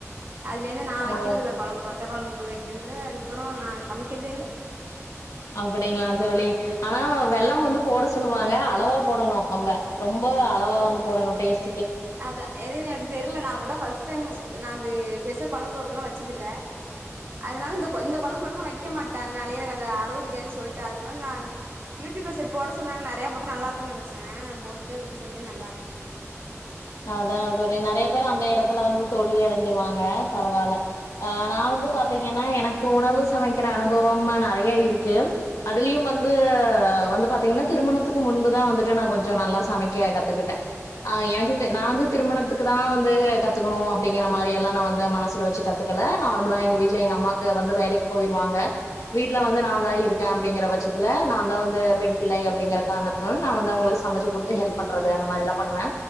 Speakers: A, on the right; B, on the left.
A: அதுலேருந்து நா வைக்கிறதில்ல
B: ஓ
A: கொழம்பு வத் செவ்வாழம்பு வைக்கதில்ல அதுக்கப்புறோ நா சமைக்கிறதே இல்ல
B: அப்டிங்களா தோழி ஆனா வெல்லம் வந்து போட சொல்லுவாங்க அளவா போடணு நம்ப ரொம்ப அளவா வந்து போடணு டேஸ்ட்
A: அதா எதுன்னு எனக்கு தெரில நா அப்பதா ஃபர்ஸ்ட் டைம் நா அது பெருசா கொழம்பு அப்புல்லா வச்சதுதில்ல அதனால இந்த இந்த கொ இந்த கொழம்பு மட்டு நா வக்க மாட்ட அதனாலேயே எனக்கு அந்த அளவு தெரியாதுன்னு சொல்ட்டு அதுக்குப்பதுலா நான் யூடியூப்ல சரி போட சொன்னாங்க நெறைய போட்ட நல்லாருக்குன்னு நனைச்ச போட்டு செஞ்ச நல்லா இல்ல
B: அதான் தோழி நறைய பேர் அந்த எடத்துல வந்து தோல்வி அடைஞ்சிருவாங்க பரவால்ல ஆ நா வந்து பாத்தீங்கன்னா எனக்கு உணவு சமைக்கிற அனுபவோம்ல நறைய இருக்கு அதுலியு வந்து வந்து பாத்தீங்கன்னா திருமணத்துக்கு முன்புதா வந்துட்டு நா கொஞ்சோ நல்லா சமைக்க கத்துக்கிட்டே ஆ எனக்கு நா வந்து திருமணத்துக்கு தா வந்து கத்துக்குணு அப்டிங்கற மாரியேல்லா நா வந்து மனசுல வெச்சு கத்துக்கல நார்மலா எங்க வீட்ல எங்க அம்மாக்கு வந்து வேலைக்கி போய்டுவங்க வீட்ல வந்து நா தா இருக்கே அப்டிங்கற பட்சத்துல நா தா வந்து பெண் பிள்ளை அப்டிங்கற காரணத்துனால நான் வந்து அவுங்களுக்கு சமைச்சு குடுத்து ஹெல்ப் பண்றது அந்த மாரில்லா பண்ணுவே